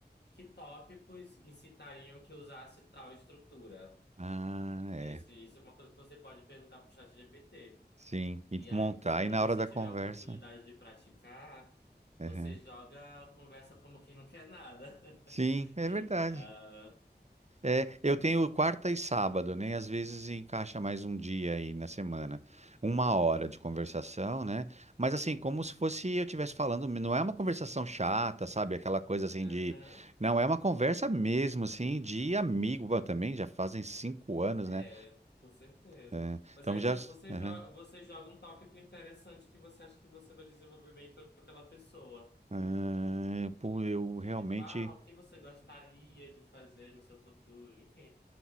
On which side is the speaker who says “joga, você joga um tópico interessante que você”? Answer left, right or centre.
Left